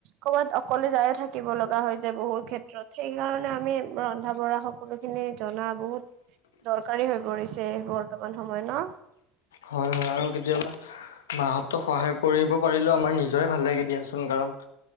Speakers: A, on the right; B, on the left.
A: কৰ'বাত অকলে যায়ে থাকিব লগা হৈ যায় বহুত ক্ষেত্ৰত। সেই কাৰণে আমি ৰন্ধা-বঢ়া সকলো খিনি জনা বহুত দৰকাৰী হৈ পৰিছে বৰ্তমান সময়ত ন?
B: হয় হয়। আৰু কেতিয়াবা মাহঁতক সহায় কৰিব পাৰিলেও আমাৰ নিজৰে ভাল লাগে দিয়াচোন। কাৰণ